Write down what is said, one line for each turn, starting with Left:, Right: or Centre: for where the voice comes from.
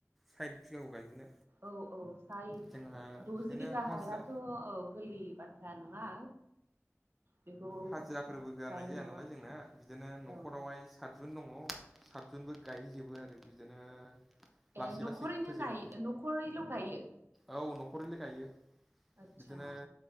Centre: साइद बिगाखौ गायजोबनो
Right: औ औ साइ
Centre: जोंहा
Right: द'जि
Centre: बिदिनो
Right: बिगा
Centre: हाजिरा
Right: हाया थ' औ गोरलै बाथ्रा नङा बेखौ
Centre: हाजिराफोरबो होआनाय
Right: गायनांगौआ
Centre: जाया नालाय जोंना बिदिनो न'खरावाइस
Right: औ
Centre: सातजुन दङ सातजुनबो गायहैजोबो आरो बिदिनो लासै
Right: ए न'खरैनो
Centre: लासै फोजोबो
Right: ग न'खरैल' गायो
Centre: औ न'खरैल गायो
Right: आदसा
Centre: बिदिनो